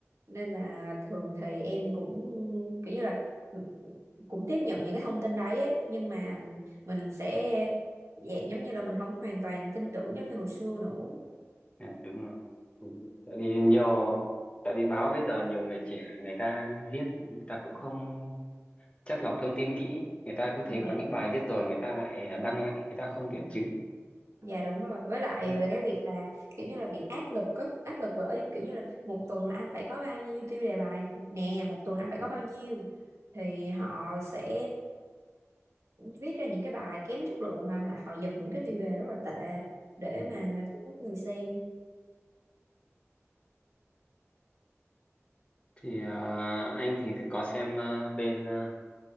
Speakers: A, on the right; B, on the left.
A: nên là thường thì em cũng kiểu như là cũng tiếp nhận những cái thông tin đấy ấy, nhưng mà mình sẽ dạng giống như là mình không hoàn toàn tin tưởng giống như hồi xưa nữa
B: ừ, đúng rồi ừ. tại vì nhiều tại vì báo bây giờ nhiều người trẻ người ta viết người ta cũng không chắt lọc thông tin kỹ người ta cứ thấy
A: Dạ.
B: có những bài viết rồi người ta lại đăng lại người ta không kiểm chứng
A: dạ đúng rồi với lại
B: ừ.
A: về cái việc là kiểu như là bị áp lực á áp lực bởi kiểu như là một tuần là anh phải có bao nhiêu tiêu đề bài nè một tuần anh phải
B: Ừ.
A: có bao nhiêu thì họ sẽ viết ra những cái bài kém chất lượng hoặc là họ giật những cái tiêu đề rất là tệ để
B: ừ.
A: mà thu hút người xem
B: thì ờ, anh thì có xem ờ, bên ờ,